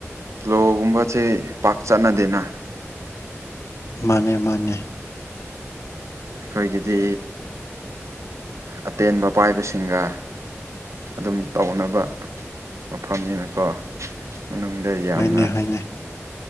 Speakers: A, on the right; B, on the left.
A: ꯂꯣꯒꯨꯝꯕꯁꯦ ꯄꯥꯛ ꯆꯠꯅꯗꯦꯅ
B: ꯃꯥꯅꯦ ꯃꯥꯅꯦ꯫
A: ꯑꯩꯈꯣꯏꯒꯤꯗꯤ ꯑꯇꯦꯟꯕ ꯄꯥꯏꯕꯁꯤꯡꯒ꯫ ꯑꯗꯨꯝ ꯇꯧꯅꯕ ꯃꯐꯝꯅꯤꯅꯀꯣ꯫ ꯃꯅꯨꯡꯗ ꯌꯥꯝꯅ꯫
B: ꯍꯣꯏꯅꯦ ꯍꯣꯏꯅꯦ